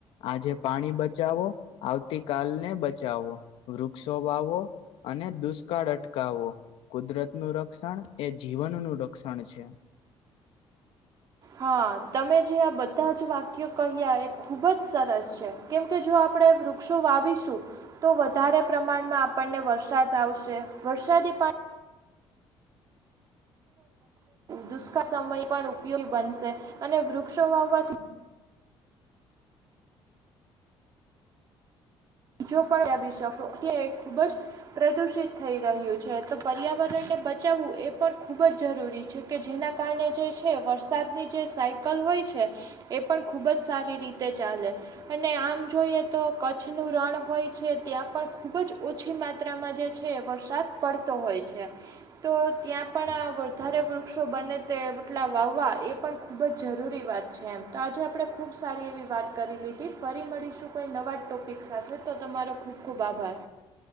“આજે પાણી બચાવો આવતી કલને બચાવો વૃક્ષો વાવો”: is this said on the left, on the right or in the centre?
Left